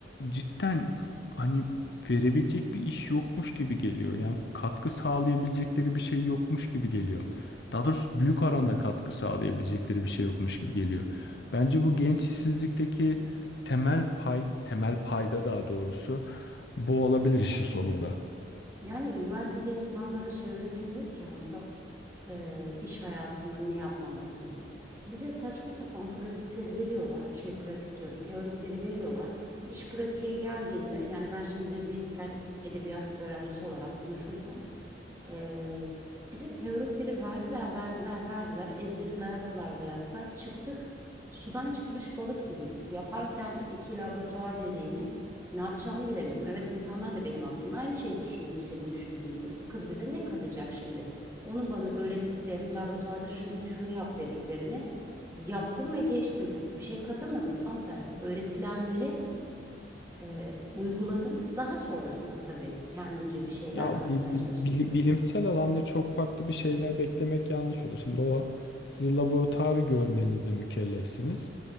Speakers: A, on the left; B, on the right.
A: cidden hani verebilecek bir iş yokmuş gibi geliyor. Yani katkı sağlayabilecekleri bir şey yokmuş gibi geliyor. Daha doğrusu büyük oranda katkı sağlayabilecekleri bir şey yokmuş gibi geliyor. Bence bu genç işsizlikteki temel pay, temel payda daha doğrusu bu olabilir işin sonunda.
B: Yani üniversitede insanlara şey öğretilmiyor ki Hamza e, iş hayatında ne yapmalısınız? Bize saçma sapan pratikleri veriyorlar. Şey pratik diyorum, teorikleri veriyorlar. İş pratiğe geldiğinde yani ben şimdi bir fen edebiyat öğrencisi olarak konuşursam e, bize teorikleri verdiler, verdiler, verdiler. Ezberi dayattılar, dayattılar. Çıktık. Sudan çıkmış balık gibiydik. Yaparken iki laboratuvar deneyini ne yapacağımı bilemiyordum. Evet insanlar da benim hakkımda aynı şeyi düşünüyordu senin düşündüğün gibi. Bu kız bize ne katacak şimdi? Onun bana öğrettiklerini laboratuvarda şunu şunu yap dediklerini yaptım ve geçtim. Bir şey katamadım. Tam tersi öğretilenleri e, uyguladım. Daha sonrasına tabii kendimce bir şeyler
A: Ya
B: katmaya
A: bi- bi-
B: çalıştım.
A: bili- bilimsel alanda çok farklı bir şeyler beklemek yanlış olur. Şimdi o siz laboratuvarı görmenizle mükellefsiniz.